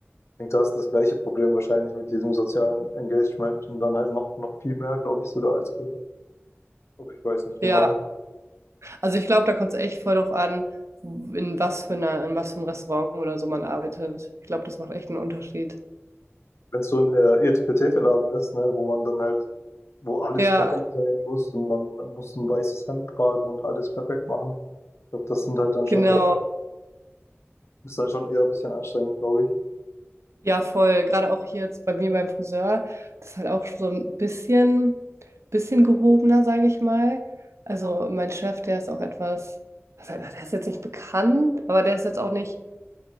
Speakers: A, on the left; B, on the right.
A: Ich denke, da ist das gleiche Problem wahrscheinlich mit diesem sozialen Engagement und dann halt noch, noch viel mehr, glaube ich, sogar als bei- Aber ich weiß nicht
B: Ja,
A: genau.
B: also ich glaube, da kommt es echt voll drauf an, in was für einer, in was für einem Restaurant oder so man arbeitet. Ich glaube, das macht echt einen Unterschied.
A: Wenn es so ein äh, Etepetete-Laden ist, ne, wo man dann halt, wo alles
B: Ja,
A: perfekt sein muss und man muss ein weißes Hemd tragen und alles perfekt machen. Ich glaube, das sind halt dann
B: genau.
A: schon echt, ist dann schon eher ein bisschen anstrengend, glaube ich.
B: Ja, voll. Gerade auch hier jetzt bei mir beim Friseur, das ist halt auch so ein bisschen, bisschen gehobener, sage ich mal. Also mein Chef, der ist auch etwas, was- der ist jetzt nicht bekannt, aber der ist jetzt auch nicht